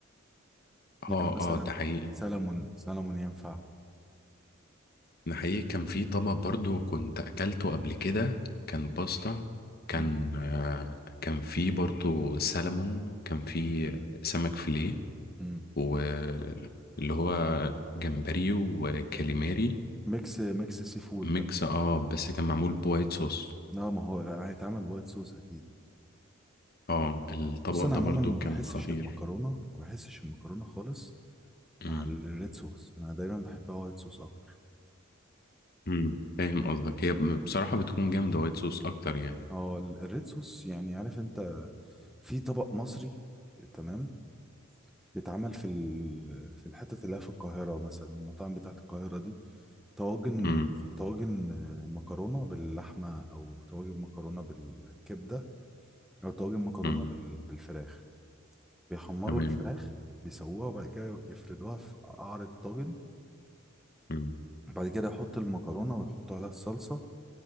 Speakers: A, in the centre; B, on the left (about 45°).
A: يعني
B: اه
A: مثلا
B: اه ده حقيقي
A: سلمون سلمون ينفع
B: ده حقيقي كان في طبق برضو كنت أكلته قبل كده كان باستا كان
A: امم
B: آه، كان في برضو سلمون وكان في سمك فيليه
A: امم
B: واللي هو جمبري وكاليماري
A: ميكس ميكس سي فود
B: ميكس اه بس كان معمول بوايت صوص
A: اه ما هو لا هيتعمل بوايت صوص اكيد
B: اه الطبق
A: بص انا
B: ده
A: عموما
B: برضو
A: ما
B: كان
A: بحسش
B: خطير
A: المكرونه ما بحسش المكرونه خالص
B: امم
A: مع الريد صوص انا دايما بحبها وايت صوص اكتر
B: امم فاهم قصدك هي بصراحة بتكون جامدة وايت صوص اكتر يعني
A: اه ال- الريد صوص يعني عارف انت في طبق مصري تمام بيتعمل في ال... في الحتت اللي هي في القاهره مثلا المطاعم بتاعت القاهره دي طواجن
B: امم
A: طواجن آه، مكرونه باللحمه او طواجن مكرونه بالكبده او طواجن مكرونه
B: امم
A: بال... بالفراخ بيحمروا
B: تمام
A: الفراخ بيسووها وبعد كده يفردوها في قعر الطاجن
B: امم
A: بعد كده يحط المكرونة ويحطوا عليها الصلصة